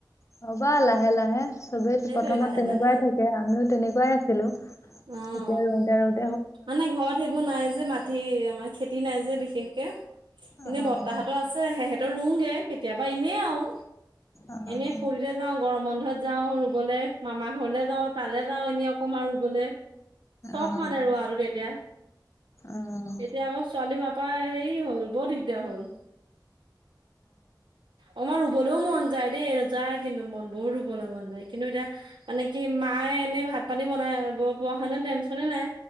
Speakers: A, on the left (about 40°); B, on the right (about 85°).
A: হবা লাহে লাহে চবেই
B: সেইটোৱে
A: প্ৰথমত
B: লাহে
A: তেনেকুৱাই
B: লাহে
A: থাকে আমিও তেনেকুৱাই আছিলো‌ এতিয়া
B: অ'।
A: ৰুউতে ৰুউতে
B: মানে ঘৰত সেইবোৰ নাই যে, মাটি আমাৰ খেতি নাই যে বিশেষকে, মানে
A: অ',
B: বৰতা হতৰ আছে সেই সে সেহেতৰ ৰুংগে কেতিয়াবা এনেই আও
A: অ',
B: এনেই ফূৰ্তিতে যাওঁ গৰম বন্ধত যাওঁ ৰুবলে মামা ঘৰলৈ যাওঁ, তালৈ যাওঁ এনেই অকণমান ৰুবলে। চখ
A: অ',
B: মানে ৰোৱা আৰু তেতিয়া
A: অ',
B: এতিয়া আকৌ ছোৱালী মাক হোৱাৰ পা হেৰি হ'ল বৰ দিগদাৰ হ'ল অ ম ৰুব ৰুবলৈও মন যায় দেই যায় কিন্তু মন বহুত ৰুবলে মন যায় কিন্তু এতিয়া মানে কি মায়ে এনে ভাত পানী বনাই ব পোৱা হেতেন টেনচনে নাই।